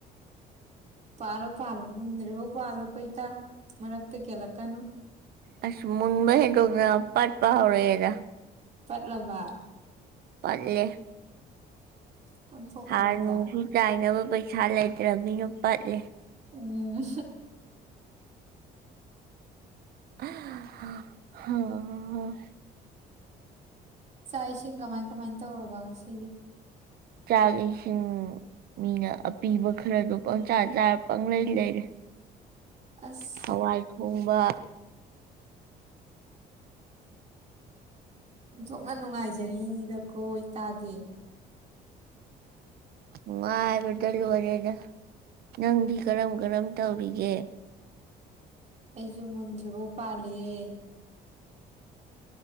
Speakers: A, on the right; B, on the right.
A: ꯄꯥꯜꯣ ꯄꯥꯂꯣ ꯃꯨꯟꯗ꯭ꯔꯤꯕꯥꯎ ꯄꯥꯜꯣ ꯀꯣ ꯏꯇꯥ ꯃꯔꯛꯇ ꯀꯦꯂꯛ ꯀꯅꯨ
B: ꯑꯁ ꯃꯨꯟꯕ ꯍꯦꯟꯗꯣꯛꯇꯅ ꯄꯠꯄ ꯍꯧꯔꯦꯗ
A: ꯄꯠꯂꯕ
B: ꯄꯠꯂꯦ
A: ꯑꯣꯟꯊꯣꯛꯄꯅꯤꯗ
B: ꯍꯥꯔ ꯅꯨꯡꯁꯨ ꯆꯥꯏꯅꯕ ꯄꯩꯁꯥ ꯂꯩꯇ꯭ꯔ ꯃꯤꯅ ꯄꯠꯂꯦ
A: ꯎꯝ
B: <unintelligible> ꯍ
A: ꯆꯥꯛ ꯏꯁꯤꯡ ꯀꯃꯥꯏ ꯀꯃꯥꯏꯅ ꯇꯧꯔꯕ ꯉꯁꯤꯗꯤ
B: ꯆꯥꯛ ꯏꯁꯤꯡ ꯃꯤꯅ ꯑꯄꯤꯕ ꯈꯔꯗꯣ ꯄꯪꯆꯥꯥ ꯆꯥꯔ ꯄꯪ ꯂꯩ ꯂꯩꯔꯤ
A: ꯑꯁ
B: ꯍꯋꯥꯏ ꯊꯣꯡꯕ
A: ꯑꯣꯟꯊꯣꯛꯅ ꯅꯨꯡꯉꯥꯏꯖꯔꯤꯗꯀꯣ ꯏꯇꯥꯗꯤ
B: ꯅꯨꯡꯉꯥꯏꯕꯗ ꯂꯣꯏꯔꯦꯗ ꯅꯪꯗꯤ ꯀꯔꯝ ꯀꯔꯝ ꯇꯧꯔꯤꯒꯦ
A: ꯑꯩꯁꯨ ꯃꯨꯟꯗ꯭ꯔꯤꯐꯥꯎ ꯄꯥꯜꯂꯤꯌꯦ